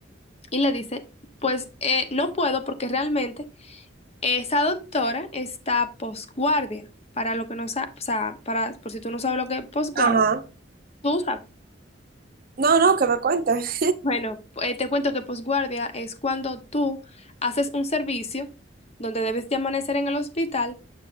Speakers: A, on the left (about 35°); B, on the right (about 50°).
A: y le dice, pues eh, no puedo porque realmente esa doctora está posguardia. Para lo que no sabes, o sea, para, por si tú no sabes lo que es posguardia,
B: Ajá.
A: tú sabes.
B: No, no, que me cuentes.
A: Bueno, eh, te cuento que posguardia es cuando tú haces un servicio donde debes de amanecer en el hospital